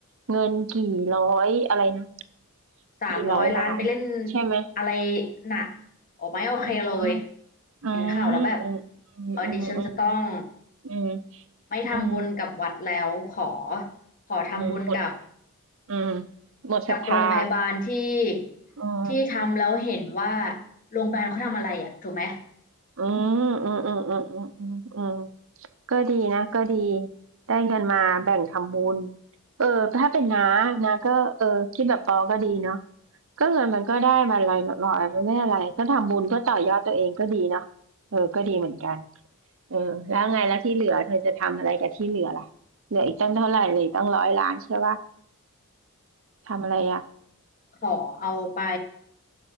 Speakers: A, on the right; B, on the left.
A: เงินกี่ร้อยอะไรนะ
B: สามร้อยล้านไปเล่น
A: กี่ร้อยล้านใช่ไหม
B: อะไรหนะโอ้ไม่โอเคเลย
A: อืมอืมอืม
B: เห็นข่าวแล้วแบบเออดิฉันจะต้อง
A: อืมอืมอืม
B: ไม่ทำบุญกับวัดแล้วขอ
A: อืม
B: ขอทำบุญกับ
A: อืมหมดอืมหมดศรัทธา
B: กับโรงพยาบาลที่
A: อืม
B: ที่ทำแล้วเห็นว่าโรงพยาบาลเขาทำอะไรอ่ะถูกไหม
A: อืมอืมอืมอืมอืมอืมอืมก็ดีนะก็ดีได้เงินมาแบ่งทำบุญเออถ้าเป็นน้านะก็เออคิดแบบปอก็ดีเนาะก็เงินมันก็ได้มาลอยๆมันไม่อะไรก็ทำบุญเพื่อต่อยอดตัวเองก็ดีเนาะเออก็ดีเหมือนกัน เออแล้วไงแล้วที่เหลือเธอจะทำอะไรกับที่เหลือล่ะเหลืออีกตั้งเท่าไหร่เลยตั้งร้อยล้านใช่ปะทำอะไรอ่ะ
B: ขอเอาไป